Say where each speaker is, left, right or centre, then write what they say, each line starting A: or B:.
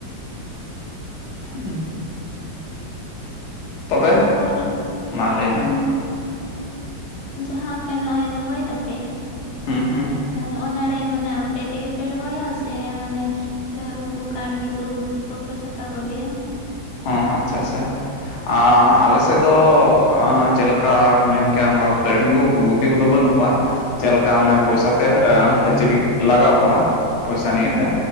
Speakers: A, on the left; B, on the left.
A: ᱦᱩᱸ ᱛᱚᱵᱮ
B: ᱛᱟᱨᱯᱚᱨ
A: ᱢᱟ ᱞᱟᱹᱭ ᱢᱮ
B: ᱩ ᱡᱟᱦᱟᱸ ᱟᱯᱮ ᱱᱚᱜ ᱚᱭ ᱨᱚᱦᱚᱭ ᱫᱚᱯᱮ
A: ᱦᱩᱸ ᱦᱩᱸ
B: ᱢᱟᱱᱮ ᱚᱱᱟᱨᱮ ᱢᱟᱱᱮ ᱟᱯᱮ ᱛᱮᱜᱮ ᱯᱮ ᱨᱚᱦᱚᱭᱟ ᱥᱮ ᱢᱟᱱᱮ ᱪᱮ ᱩᱱᱠᱩ ᱠᱟᱹᱲᱢᱤ ᱠᱚ ᱜᱩᱛᱤ ᱠᱚᱯᱮ ᱠᱷᱟᱴᱟᱣ ᱠᱚᱜᱮᱭᱟ?
A: ᱚ ᱟᱪᱷᱟ ᱟᱪᱷᱟ ᱟ ᱟᱞᱮ ᱥᱮᱫ ᱫᱚ ᱪᱮᱫᱞᱮᱠᱟ ᱢᱮᱱ ᱠᱮᱭᱟ ᱠᱟᱹᱲᱢᱤ ᱠᱚ ᱜᱩᱛᱤ ᱠᱚᱫᱚ ᱵᱟᱹᱱᱩᱜ ᱠᱚᱣᱟ ᱪᱮᱫ ᱞᱮᱠᱟ ᱚᱱᱮ ᱯᱚᱭᱥᱟᱛᱮ ᱦᱟᱹᱡᱨᱤᱢ ᱞᱟᱜᱟᱣ ᱠᱚᱣᱟ ᱯᱚᱭᱥᱟ ᱱᱤᱭᱮᱛᱮ
B: ᱦᱩᱸ